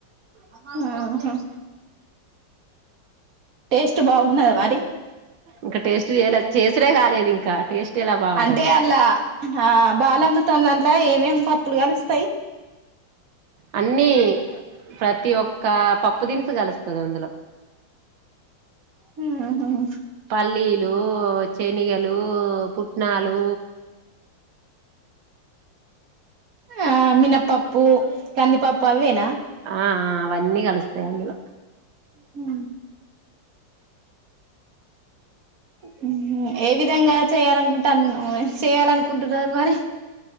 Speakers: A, on the right; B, on the right.
A: ఆహా టేస్ట్ బాగున్నదా మరి
B: ఇంకా టేస్ట్ చేయలే చేసుడే కాలేదు ఇంకా టేస్ట్ ఎలా బాగుంటది
A: అంటే అల్ల హా బా లామృతం దంట్లా ఏమేమి పప్పులు గలుస్
B: అన్నీ ప్రతి ఒక్క పప్పు దినుసు కలుస్తది అందులో
A: మ్ హు
B: పల్లీలు చెనిగెలు పుట్నాలు
A: ఆ మినపప్పుూ కంది పప్పు అవ్వేనా
B: ఆహ అ అవన్నీ కలుస్తయ్ అందులో
A: హు హు ఏ విధంగా చేయాలనుకుంటాన్ చేయాలనుకుంటున్నరు మరి